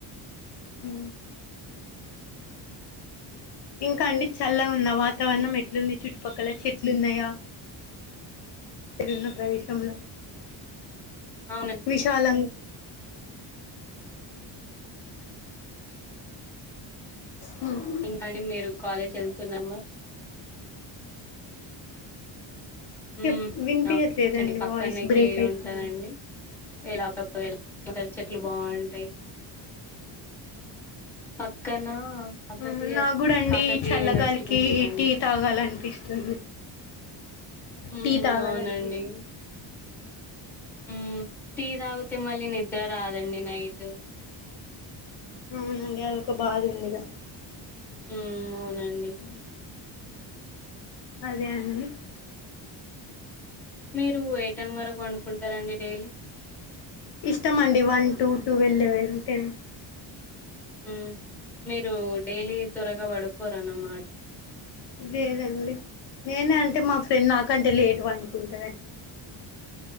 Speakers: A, on the left; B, in the centre.
A: ఆ. ఇంకా అండి చల్లగుంద వాతావరణం
B: మ్మ్
A: ఎట్లుంది చుట్టుపక్కల చెట్. ఎట్లున్నాయా మీరూన్న ప్రదేశంలో.
B: అవునం.
A: విశాలం. హు.
B: ఇంకాండి మీరు కాలేజ్ ఏళ్తున్నాము. మ్మ్
A: ఏప్ వినిపియ్యట్లేదండి
B: చెట్టు పక్కనే
A: వాయిస్ బ్రేక్
B: కేయు
A: అయితు.
B: ఉంటదండి <unintelligible> పక్కన కాకతీయ
A: ఉ నా గుడండి
B: కాకతీయ
A: చల్లగాలికి
B: యూనివర్సిటీ ఉంటండి
A: టీ తాగాలనిపిస్తు.
B: హ్మ్
A: టీ తాగాలనిపిస్తుంది.
B: అవునండి. ఉ టీ దాగుతే మళ్ళీ నిద్ర రాదండి నైటు.
A: అవునండి అదొక బాధ ఉందిక
B: ఉమ్ అవునండి.
A: ఉ అదే అండి.
B: మీరు ఏ టైం వరకు పండుకుంటారండి డైలీ
A: ఇష్టమండి one two twelve eleven ten
B: ఉమ్ మీరు డైలీ త్వరగా పడుకోరనమాట
A: లేదండి నేనే అంటే మా ఫ్రెండ్ నాకంటే లేటు పడుకుంటాడంది.